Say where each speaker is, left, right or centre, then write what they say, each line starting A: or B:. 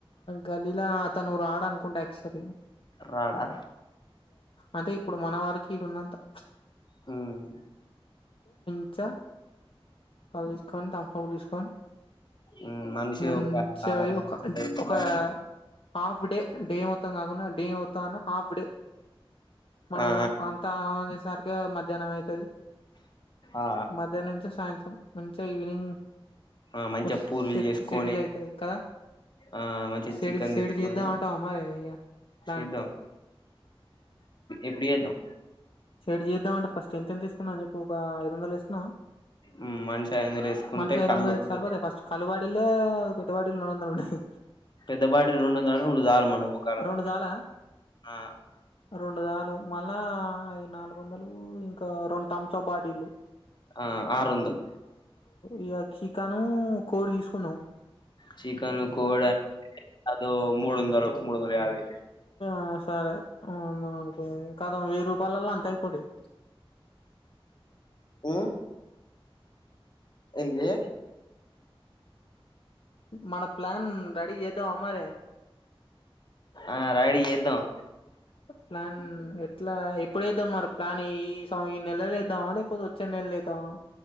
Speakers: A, on the left (about 65°); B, on the left (about 50°).
A: గలీలా అ తను రాడ అనుకుంటే యాక్చువలీ
B: రడా
A: అంటే ఇప్పుడు మన వారికి ఇడున్నంత ప్చ్
B: హ్మ్
A: చ్చ కాలిస్ఖన్ తలిస్ఖన్
B: ఉమ్ మనిషి
A: మంచి
B: ఒక
A: గ ఒక పోయి
B: వేసుకోవాలి
A: ఒక హాఫ్ డే డే మొత్తం కాకుండ డే మొత్తం అన్న హాఫ్ డే మనం
B: ఆ
A: అంతాంచేసరికి మధ్యాహ్నం ఐతది
B: ఆ
A: మధ్యాహ్న నుంచ సాయంత్రం మంచిగ ఈవినింగ్
B: ఆ మంచిగా
A: ఓస్
B: పూరీలు
A: సే
B: చేసుకొని
A: సెటిల్ అయితే కదా
B: ఆ మంచి
A: సెడ్
B: చికెన్
A: సెడ్
B: తెచ్చుకొని
A: చేద్దాం అంటావా మరి ఇగ ప్లాన్
B: చేద్దాం ఎప్పుడ్ ఎద్దం
A: సైడ్ చేద్దాం అంటే ఫస్ట్ ఎంత ఎంత తీసుకుందా అని చెప్పి ఒక ఐదు వందలు వేసుకున్నామా
B: ఉమ్ మనిషి ఐదు వందలు వేసుకుంటే
A: మనుష ఐద
B: కళ్ళు
A: వంద
B: వత్తది
A: ఐదు స రూపాయి అది ఫస్ట్ కలుబటిలే పెద్దవాడి మూడ్ వందల్ ఉంటది
B: పెద్ద బాటిల్ రెండు వందలు అంటే రెండు చాలు మన మోకాళ్ళకు
A: రొండు చాల
B: ఆ
A: రొండు గాలు మళ్ళా అది నాలుగు వందలు ఇంకా రెండు థంబ్స్ అప్ బాటిలు
B: ఆ ఆరొందల్
A: ఇగ చికాను కోడి తీసుకున్నాం
B: చికెన్ కోడ అ మూడుందలు మూడోన్దల యాబై
A: ఆ సరే అనుకో కదా వెయ్యి రూపాయలలో అంత అయిపోతయి
B: హ్మ్ ఎంది
A: మన ప్లాన్ రెడీ చేద్దమా మరి
B: ఆ రెడీ చేద్దాం
A: ప్లాన్ ఎట్ల ఎ ఇప్పుడేద్దాం మరి ప్లాన్ ఏఈ ఈ నెల లేద్దాం లేకపోతే వచ్చే నెల లేదామా